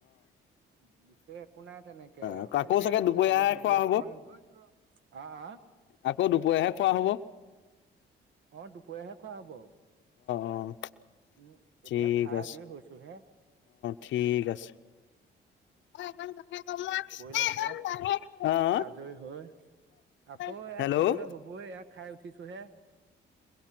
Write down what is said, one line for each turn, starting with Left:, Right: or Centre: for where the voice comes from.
Right: <unintelligible> সে। একো নাই তেনেকে
Left: অ'।
Right: কলে
Left: আকৌ চাগে দুপৰীয়াহে
Right: আলু ভাজি
Left: খোৱা
Right: অকণ
Left: হ'ব
Right: <inaudible> আহ আহ
Left: আকৌ দুপৰীয়াহে খোৱা হ'ব অ',
Right: অ দুপৰীয়াহে খোৱা হব।
Left: অ',
Right: উম
Left: ঠিক
Right: এতিয়া খাই
Left: আছে।
Right: আজৰি হৈছো হে।
Left: ঠিক আছে <unintelligible> অ
Right: লাগিব
Left: অ
Right: আজৰি হৈ আকৌ এয়া
Left: হেল্ল'
Right: খাবলৈ হবই এয়াক। খাই উঠিছো হে।